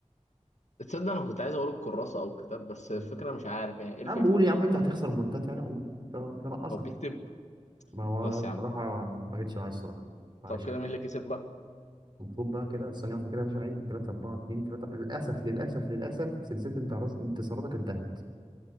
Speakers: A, on the left; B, on the right.
A: تصدق انا كنت عايز اقول الكراسة او الكتاب بس الفكرة
B: مم.
A: مش عارف يعني ايه الفكرة
B: انا بقول يا عم انت هتخسر بوينتات يعني قول مش مش هنقصك
A: هو بيكتب
B: ما هو
A: خلاص
B: أنا بصراحه
A: يا عم
B: ما جتش معايا الصراحه معلش
A: طب كده مين اللي كسب بقى
B: المفروض بقى كده ثانية واحدة كده يا باشا نعد 3 4 2 3 للأسف للأسف للأسف سلسلة انت انتصاراتك انتهت